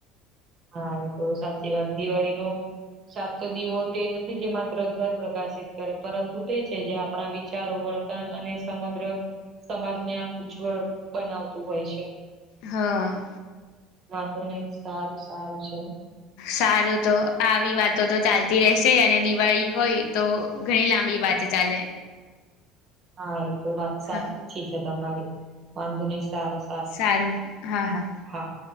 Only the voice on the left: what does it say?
હા.
સારું તો આવી વાતો તો ચાલતી રહેશે. અને દિવાળી હોય તો ઘણી લાંબી વાતો ચાલે.
હા
સારું હા હા